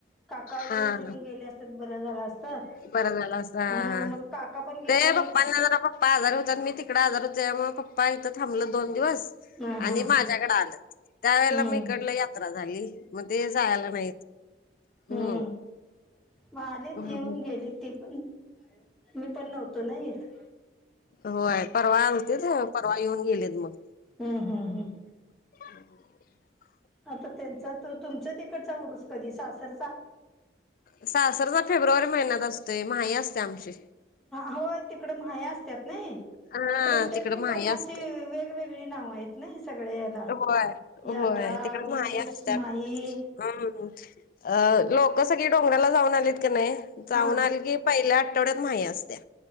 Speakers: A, in the centre; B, on the left.
A: काका येऊन
B: हा
A: जेऊन गेले असतीत बरं झालं असत, हा
B: बरा झाला असता हा हा.
A: मगं काका पण गेले
B: ते
A: नाहीत
B: पप्पांना जरा पप्पा आजारी होत्यात मी तिकड आजारी होते त्यामुळे पप्पा इथं थांबलं दोन दिवस.
A: हा
B: आणि
A: हा हा
B: माझ्याकडे आलंत त्या वेळेला
A: हम्म
B: मी इकडलं यात्रा झाली, मग ते जायला नाहीत.
A: हम्,
B: हम्म
A: मग आलेत
B: हा.
A: येऊन गेली ती पण, मी पण नव्हतो ना इथ.
B: होय, परवा आलतीत परवा येऊन गेलेती मग.
A: हम् हम् हम्म,
B: <unintelligible>
A: आता त्यांचा तुमच्या तिकडचं ऊरूस कधी सासरचा?
B: सासरचा फेब्रुवारी महिन्यात असतोय माही असत्या आमची.
A: होय तिकड माह्या असतात नाही
B: हा
A: प्रत्येक
B: तिकड
A: ठिकाणी
B: माही
A: अशी
B: असते
A: वेग वेगवेगळी नावं आहेत ना या सगळ्या याला
B: होय
A: यात्रा
B: होय तिकडे
A: ऊरूस
B: माया असतात.
A: माही.
B: हम्म, लोक सगळी डोंगराला जाऊन आलीत कणी जाऊन
A: हा
B: आले की पहिल्या आठवड्यात माही असत्या.